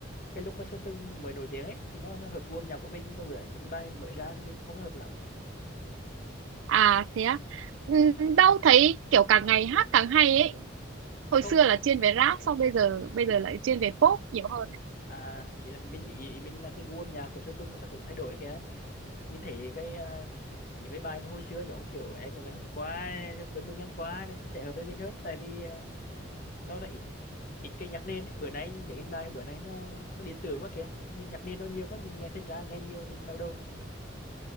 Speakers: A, on the left; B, on the right.
A: cái lúc mà Sơn Tùng mới nổi tiếng ấy thì nó nó hợp gu âm nhạc của mình mà bữa những cái bài mới ra thì mình không có hợp lắm.
B: À thế á. Ừ, Đâu thấy kiểu càng ngày hát càng hay ấy.
A: À
B: Hồi
A: không
B: xưa
A: ý,
B: là chuyên về rap sau bây giờ bây giờ lại chuyên về pop nhiều hơn. ấy.
A: à ý là mình ý, ý mình là cái gu âm nhạc của Sơn Tùng nó ta cũng thay đổi kìa. Mình thấy cái à, những cái bài mà hồi xưa giống kiểu em của ngày hôm qua cơn mưa ngang qua này, nó sẽ hợp với mình hơn tại vì à, nó là ít ít cái nhạc nền ấy. bữa nay mấy cái bài bữa nay nó nó điện tử quá kìa nhìn nhạc nền nó nhiều quá mình nghe thành ra nghe nhiều mình đau đầu